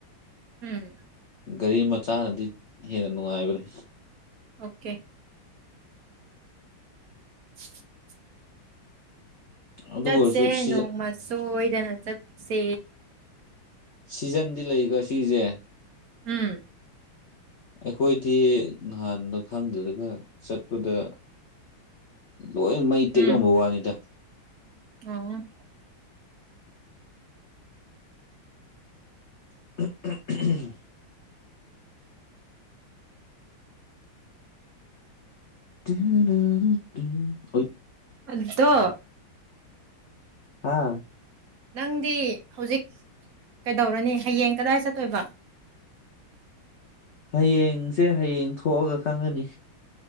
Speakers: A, on the right; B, on the left.
A: ꯎꯝ
B: ꯒꯥꯔꯤ ꯃꯆꯥꯅꯗꯤ ꯍꯦꯟꯅ ꯅꯨꯡꯉꯥꯏꯕꯅꯦ
A: ꯑꯣꯀꯦ <unintelligible>
B: ꯑꯗꯨ
A: ꯆꯠꯁꯦ
B: ꯑꯣꯏꯔꯁꯨ ꯁꯤꯖ
A: ꯅꯣꯡꯃ ꯁꯣꯏꯗꯅ ꯆꯠꯁꯦ
B: ꯁꯤꯖꯟꯗꯤ ꯂꯩꯀꯣ ꯁꯤꯖꯦ
A: ꯎꯝ
B: ꯑꯩꯈꯣꯏꯗꯤ ꯅꯍꯥꯟꯗ ꯈꯪꯗ꯭ꯔꯒ ꯆꯠꯄꯗ ꯂꯣꯏ ꯃꯩ
A: ꯎꯝ
B: ꯇꯦꯛꯂꯝꯕ ꯋꯥꯅꯤꯗ
A: ꯑꯣ
B: <unintelligible> <unintelligible>
A: ꯑꯗꯣ
B: ꯍꯥꯥ
A: ꯅꯪꯗꯤ ꯍꯧꯖꯤꯛ ꯀꯩꯗꯧꯔꯅꯤ ꯍꯌꯦꯡ ꯀꯗꯥꯏ ꯆꯠꯇꯣꯏꯕ
B: ꯍꯌꯦꯡꯁꯦ ꯍꯌꯦꯡ ꯊꯣꯛꯑꯒ ꯈꯪꯉꯥꯅꯤ